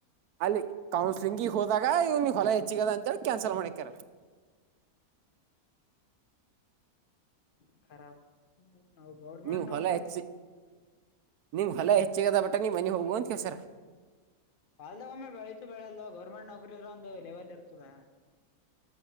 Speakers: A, on the right (about 80°); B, on the left (about 40°).
A: ಅಲ್ಲಿ ಕೌನ್ಸಲಿಂಗಗ್ ಹೋದಾಗ ಇವ್ನಿಗೆ ಹೊಲ ಹೆಚ್ಚಿಗದ ಅಂತೇಳಿ ಕ್ಯಾನ್ಸಲ್ ಮಾಡಿಕ್ಯಾರ
B: ಹ್ಮಾರ ನಾವು ಗೌರ್ಮೆಂಟ್
A: ನೀವ್
B: ನೌಕರಿ
A: ಹೊಲ ಹೆಚ್ಚಿ ನಿಂಗ್ ಹೊಲ ಹೆಚ್ಚಿಗದ ಬಟ್ಟ ನೀವ್ ಮನೆಗ್ ಹೋಗುವ ಅಂತ ಕೇಸಾರ
B: ಹೊಲದಲ್ಲಿ ಬೆಳೆದರೂ ಬೆಳೆದೆ ಇದ್ದರೂ ಗೌರ್ಮೆಂಟ್ ನೌಕರಿಗೆ ಬೆಲೆ ಇದೆ